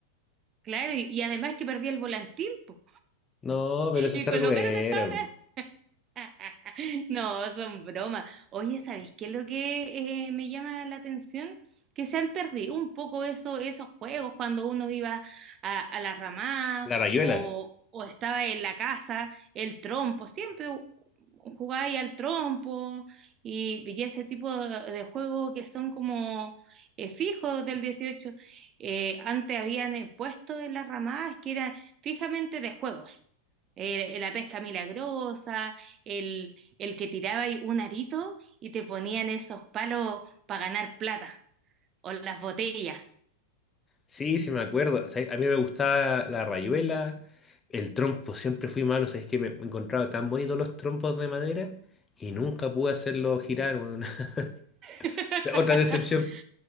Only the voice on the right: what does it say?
Claro, y, y además que perdí el volantín, pues.
Y
con lo
caro que está ahora. <laughs> No, son bromas. Oye, ¿sabes qué es lo que eh, me llama la atención? Que se han perdido un poco eso, esos juegos cuando uno iba a, a la ramada
o, o estaba en la casa, el trompo, siempre jugaba ahí al trompo y, y ese tipo de, de juegos que son como eh, fijos del 18. Eh, antes habían eh, puesto en las ramadas que eran fijamente de juegos. Eh, la pesca milagrosa el, el que tiraba ahí un arito y te ponían esos palos para ganar plata o las botellas.
<laughs>